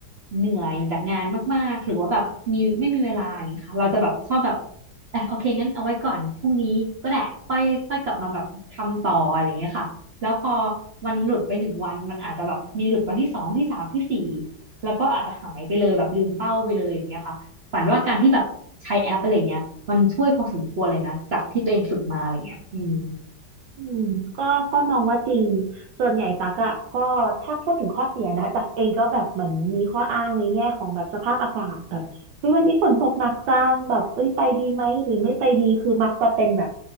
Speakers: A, on the right; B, on the right.
A: เหนื่อยจากงานมากๆหรือว่าแบบมีไม่มีเวลานี่ค่ะเราจะแบบชอบแบบอ่ะโอเคงั้นเอาไว้ก่อนพรุ่งนี้ก็ได้ค่อยค่อยกลับมาแบบทำต่ออะไรอย่างเงี้ยค่ะแล้วพอมันหลุดไปหนึ่งวันมันอาจจะแบบมีหลุดวันที่สองที่สามที่สี่แล้วก็อาจจะหายไปเลยแบบลืมเป้าไปเลยอย่างเงี้ยค่ะฝันว่าการที่แบบใช้แอปอะไรเงี้ยมันช่วยพอสมควรเลยนะจากที่ตัวเองฝึกมาอะไรเงี้ยอืม
B: อืมก็ก็มองว่าจริงส่วนใหญ่ตักอะก็ถ้าพูดถึงข้อเสียนะตักเองก็แบบเหมือนมีข้ออ้างในแง่ของแบบสภาพอากาศแบบเฮ้ยวันนี้ฝนตกหนักจังแบบเอ้ยไปดีไหมหรือไม่ไปดีคือมักจะเป็นแบบ